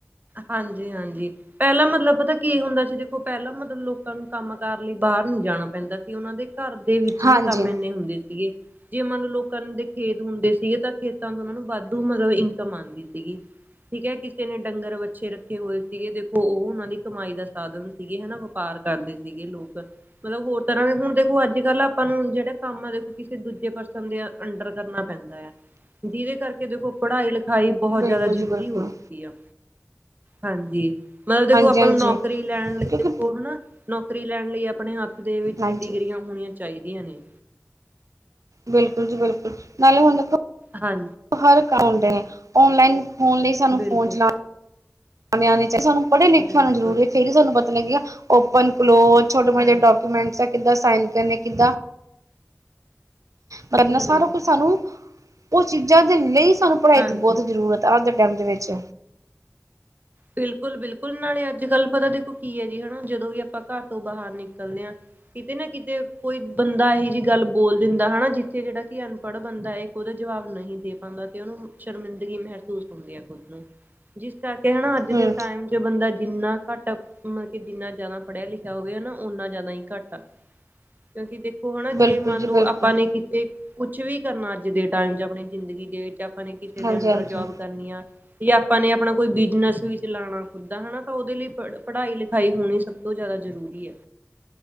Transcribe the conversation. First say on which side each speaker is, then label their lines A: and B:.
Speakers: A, on the right; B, on the right.
A: ਹਾਂਜੀ-ਹਾਂਜੀ। ਪੈਲਾ ਮਤਲਬ ਪਤਾ ਕੀ ਹੁੰਦਾ ਸੀ, ਦੇਖੋ ਪੈਲਾ ਮਤਲਬ ਲੋਕਾਂ ਨੂੰ ਕੰਮ ਕੱਰ ਲਈ ਬਾਰ ਨੂੰ ਜਾਨਾ ਪੈਂਦਾ ਸੀ, ਔਨਾਂ ਦੇ ਘੱਰ ਦੇ ਵਿੱਚ ਹੀ
B: ਹਾਂਜੀ
A: ਕੰਮ ੲੈਨੇ ਹੁੰਦੇ ਸੀਗੇ ਜੇ ਮੰਨ ਲੋਕਾਂ ਦੇ ਖੇਤ ਹੁੰਦੇ ਸੀਗੇ ਤਾਂ ਖੇਤਾਂ ਤੋਂ ਔਨਾਂ ਨੂੰ ਵਾਧੂ ਮਗਰ ਇਨਕਮ ਆਂਦੀ ਸੀਗੀ ਠੀਕ ਐ, ਕਿਸੇ ਨੇ ਡੰਗਰ-ਵੱਛੇ ਰੱਖੇ ਹੋਏ ਸੀਗੇ, ਦੇਖੋ ਔ ਓਨਾ ਦੀ ਕਮਾਈ ਦਾ ਸਾਧਨ ਸੀਗੇ, ਹਨਾ ਵਪਾਰ ਕਰਦੇ ਸੀਗੇ ਲੋਕ ਮਲਬ ਹੋਰ ਤਰਾ ਵੀ ਹੁਨ ਦੇਖੋ ਅੱਜ-ਕੱਲ ਆਪਾਂ ਨੂੰ ਜਿੜਾ ਕੰਮ ਹੈਗੇ ਕਿਸੇ ਦੂਜੇ ਪਰਸਨ ਦੇ ਆ ਅੰਡਰ ਕਰਨਾ ਪੈਂਦਾ ਐ ਕਿਉਕਿ ਇਦੇ ਕਾਰਕੇ ਦੇਖੋ ਪੜਾਈ ਲਿਖਾਈ ਬੋਹਤ ਜਾਦਾ
B: ਬਿਲਕੁਲ
A: ਜ਼ਰੂਰੀ
B: ਜੀ ਬਿਲਕੁਲ
A: ਹੋ ਚੁੱਕੀ ਆ। ਹਾਂਜੀ, ਮਬ ਦੇਖੋ
B: ਹਾਂਜੀ
A: ਆਪਾਂ
B: ਹਾਂਜੀ
A: ਨੂੰ ਨੌਕਰੀ ਲੈਨ ਲਈ
B: ਕਿਉਂਕਿ
A: ਦੇਖੋ ਹਨਾ ਨੌਕਰੀ ਲੈਨ ਲਈ ਅਪਨੇ ਹੱਥ ਦੇ ਵਿੱਚ
B: ਹਾਂਜੀ
A: ਡਿਗਰੀਆਂ ਹੋਨੀਆਂ ਚਾਈਦੀਆਂ ਨੇ।
B: ਬਿਲਕੁਲ ਜੀ, ਬਿਲਕੁਲ ਨਾਲੇ ਹੁਨ ਦੇਖੋ
A: ਹਾਂ
B: ਹਰ ਕਾਮ ਦੇਨੇ ਔਨਲਾਈਨ ਹੋਨ ਲਈ ਸਾਨੂੰ
A: ਬਿਲਕੁਲ,
B: ਫੋਨ ਚਲਾਨ, ਨੇਆਨੇ ਚੇੜ ਜਾਣਾ ਪੜੇ ਲਿਖੇ
A: ਬਿਲਕੁਲ
B: ਹੋਨਾ ਜਰੂਰੀ ਏ ਫੇਰ ਈ ਸਾਨੂੰ ਪਤਾ ਲਗੇਆ ਔਪਨ-ਕਲੋਜ਼ ਛੋਟੇ-ਮੋਟੇ
A: ਹਾਂਜੀ
B: ਡਾਕੂਮੈਂਟਸ ਕਿੱਦਾਂ ਸੈਨ ਕਰਨੇ, ਕਿੱਦਾਂ ਪਰ ਅਪਣਾ
A: ਬਿਲਕੁਲ, ਬਿਲਕੁਲ
B: ਸਾਰਾ ਕੁਝ ਸਾਨੂੰ, ਓ ਚੀਜ਼ਾਂ ਦਿੰਦੇ ਈ ਸਾਨੂੰ ਪੜਾਈ
A: ਹਾਂਜੀ
B: ਦੀ ਬੌਤ ਜ਼ਰੂਰਤ ਤਾ ਅੱਜ ਦੇ ਟੈਮ ਦੇ ਵੇਚ
A: ਬਿਲਕੁਲ-ਬਿਲਕੁਲ ਨਾਲੇ ਅੱਜ-ਕੱਲ ਪਤਾ ਦੇਖੋ ਕੀ ਐ ਜੀ ਹਨਾ ਜਦੋਂ ਵੀ ਅਪਾ ਘੱਰ ਤੋਂ ਬਾਹਰ ਨਿਕਲਦੇ ਆਂ ਕਿੱਤੇ ਨਾ ਕਿੱਤੇ ਕੋਈ ਬੰਦਾ ਏਹੀ ਜੀ ਗੱਲ ਬੋਲ ਦਿੰਦਾ ਹਨਾ, ਜਿੱਥੇ ਜਿੜਾ ਕਿ ਅਨਪੜ੍ਹ ਬੰਦਾ ਏ ਓਦਾ ਜਵਾਬ ਨਹੀਂ ਦੇ ਪਾਂਦਾ ਤੇ ਓਨੂੰ ਸ਼ਰਮਿੰਦਗੀ ਮਹਸੂਸ ਹੁੰਦੀ ਐ ਖੁਦ ਨੂੰ, ਜਿਸ ਕਾਰ ਕੇ ਹਨਾ ਅੱਜ ਦੇ
B: ਹੂੰ
A: ਟੈਮ ਜੇ ਓ ਬੰਦਾ ਜਿੰਨਾ ਘੱਟ, ਮਤਬ ਕਿ ਜਿੰਨਾ ਜਾਦਾ ਪੜੇਆ ਲਿਖਿਆ ਹੋਵੇ, ਓਨਾ, ਓਨਾ ਜੈ਼ਦਾ ਈ ਘੱਟਾ। ਕਿਉਂਕੀ ਦੇਖੋ ਹੈਨਾ
B: ਬਿਲਕੁਲ
A: ਜੇ ਮੰਨਲੋ
B: ਜੀ ਬਿਲਕੁਲ
A: ਆਪਾਂ ਨੇ ਕਿਤੇ ਕੁਛ ਵੀ ਕਰਨਾ ਅੱਜ ਦੇ ਟਾਈਮ ਚ ਆਪਨੀ ਜ਼ਿੰਦਗੀ ਦੇ ਵਿੱਚ ਆਪਾਂ ਨੇ ਕਿਸੇ ਦੇ
B: ਹਾਂਜੀ
A: ਅੰਡਰ
B: ਹਾਂਜੀ
A: ਜੋਬ ਕਰਨੀ ਆ ਯਾਂ ਆਪਾਂ ਨੇ ਆਪਨਾ ਕੋਈ ਬਿਜਨੱਸ ਵੀ ਚਲਾਨਾ ਖੁਦ ਦਾਂ ਹਨਾਂ ਤਾਂ ਔਦੇ ਲਈ ਪੜ੍ਹ ਪੜ੍ਹਾਈ-ਲਿਖਾਈ ਹੋਨੀ ਸਭ ਤੋਂ ਜਾਦਾ ਜ਼ਰੂਰੀ ਐ।